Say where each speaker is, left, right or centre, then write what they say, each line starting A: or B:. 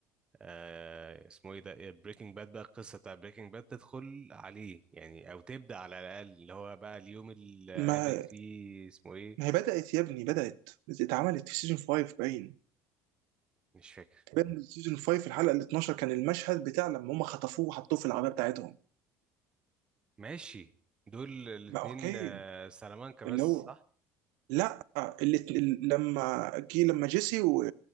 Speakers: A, on the right; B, on the right.
A: آه اسمه ايه ده بريكنج باد بقى القصه بتاع بريكنج باد تدخل عليه يعني او تبدا على الاقل اللي هو بقى اليوم اللي
B: ما
A: قابل فيه اسمه ايه
B: ما هي بدات يا ابني بدات اتعملت في سيزون 5 باين
A: مش فاكر
B: باين سيزون 5 الحلقه ال 12 كان المشهد بتاع لما هم خطفوه وحطوه في العربيه بتاعتهم
A: ماشي دول الاتنين
B: ما اوكي
A: آه، سلامانكا بس
B: اللي هو
A: صح
B: لا اللي اللي- لما جه لما جيسي و-